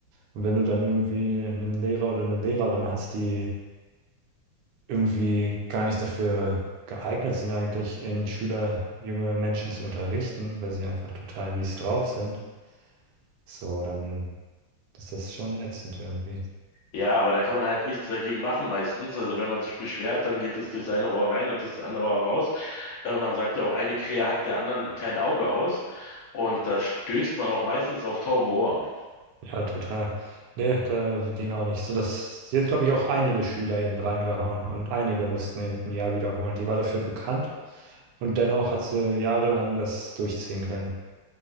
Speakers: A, on the right; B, on the left.
A: Und wenn du dann irgendwie einen Lehrer oder eine Lehrerin hast, die irgendwie gar nicht dafür geeignet sind, eigentlich eben Schüler, junge Menschen zu unterrichten, weil sie einfach total mies drauf sind, so, dann ist das schon ätzend irgendwie.
B: Ja, aber da kann man halt nichts dagegen machen meistens. Also wenn man sich beschwert, dann geht es durch das eine Ohr rein und das andere Ohr raus. Äh, man sagt ja auch, eine Krähe hackt der anderen kein Auge aus. Und da stößt man auch meistens auf taube Ohren.
A: Ja, total. Nee, da ging auch nicht. So, das, sie hat, glaube ich, auch einige Schüler eben reingehauen und einige mussten eben ein Jahr wiederholen. Die war dafür bekannt und dennoch hat sie jahrelang das durchziehen können.